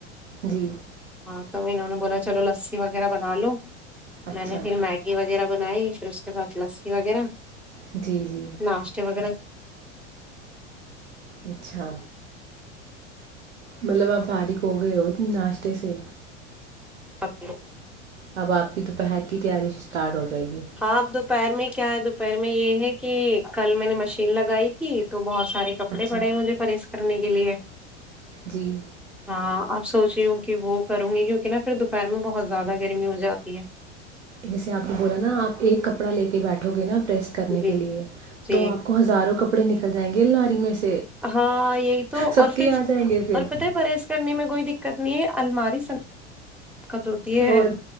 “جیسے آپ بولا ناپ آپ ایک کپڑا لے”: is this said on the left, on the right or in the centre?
Right